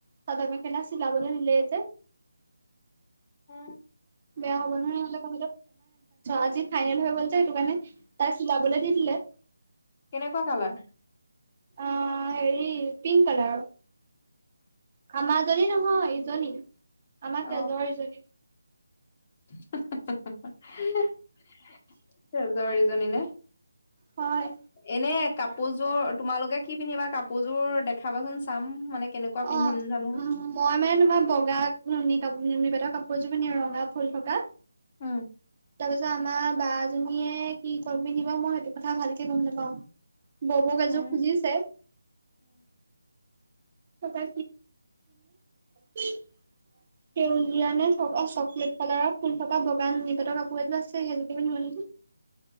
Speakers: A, on the right (about 40°); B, on the left (about 35°).
A: চাদৰ মেখেলা ছিলাবলে দিলে যে
B: অ,
A: বেয়া হ'ব নহয়হলে ক আজি ফাইনেল হৈ গল যে <unintelligible> তাই চিলাবলে চাবলৈ দি দিলে।
B: কেনেকুৱা কালাৰ?
A: অ,, হেৰি পিংক কালাৰৰ। আমাৰ জনী নহয় ইজনী আমাৰ
B: অ
A: তেজৰ ইজনী।
B: <unintelligible> তেজৰ ইজনী নে?
A: হয়।
B: এনে কাপোৰযোৰ তোমালোকে কি পিন্ধিবা কাপোৰযোৰ দেখাবাচোন চাম মানে কেনেকুৱা পিন্ধিম
A: অ,
B: জানো
A: উ মই মানে তোমাৰ বগা নুনী কাপ নুনী পাতৰ কাপোৰযোৰ মানে ৰঙা ফুল থকা।
B: উম।
A: তাৰ পিছত আমাৰ বা জনীয়ে কি কাপোৰ পিন্ধিব মই সেইটো কথা ভালকে গম নাপাও। ববৌক
B: উম
A: এযোৰ খুজিছে। ককা <unintelligible> সেউজীয়া নে? চকলেট কালাৰৰ ফুল থকা বগা নুণিপাতৰ কাপোৰ এযোৰ আছে সেইযোকে পিন্ধিব নি